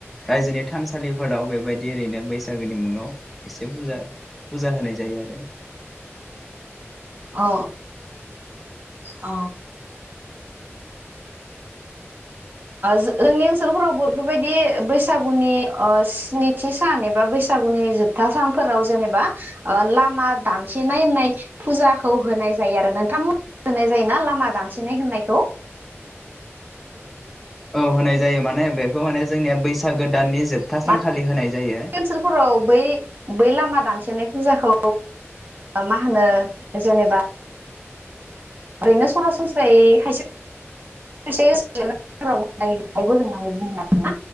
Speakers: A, in the centre; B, on the right.
A: रायजोनि थानसालिफोराव बेबायदि ओरैनो बैसागोनि मुङाव एसे पुजा पुजा होनाय जायो आरो
B: औ अ जोंनि ओनसोलफोरावबो बेफोरबायदि बैसागुनि ओ स्निथि सान एबा बैसागुनि जोबथा सानफोराव जेनेबा ओ लामा दानथिनाय होननाय फुजाखौ होनाय जायो आरो नोंथांमोन होनाय जायोना लामा दानथिनाय होननायखौ?
A: औ होनाय जायो माने बेखौ माने जोंनिया बैसागो दाननि जोबथा
B: माने
A: सानखालि होनाय जायो
B: ओनसोलफोराव बै बै लामा दानथेनाय फुजाखौ मा ओ होनो जेनेबा ओरैनो सरासनस्रायै खायसे खायसेबो होननानै बुंङो आरो